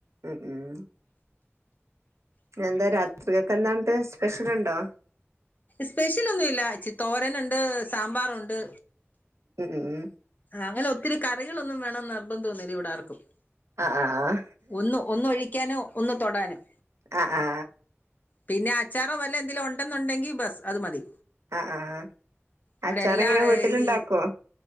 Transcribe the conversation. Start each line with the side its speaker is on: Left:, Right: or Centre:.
Right: ഉം ഉം ഇന്നെന്താ രാത്രിയൊക്കെ എന്നാണ്ട് സ്പെഷ്യലുണ്ടോ
Left: സ്പെഷ്യലൊന്നുമില്ല ചി തോരനുണ്ട് സാമ്പാറുണ്ട്
Right: ഉം ഉം ഉം
Left: അങ്ങനെ ഒത്തിരി കറികളൊന്നും വേണമെന്ന് നിർബന്ധം ഒന്നില്ല ഇവിടാർക്കും
Right: ആഹ്
Left: ഒന്ന് ഒന്ന് ഒഴിക്കാനും ഒന്ന് തൊടാനും
Right: അ ആ.
Left: പിന്നെ അച്ചാറോ വല്ല എന്തെങ്കിലും ഉണ്ടെന്നുണ്ടെങ്കിൽ ബസ് അത് മതി
Right: ആഹ് ആഹ്
Left: ഇവിടെ
Right: അച്ചാർ
Left: എല്ലാ
Right: എങ്ങന വീട്ടിലുണ്ടാക്കുവോ
Left: ഈ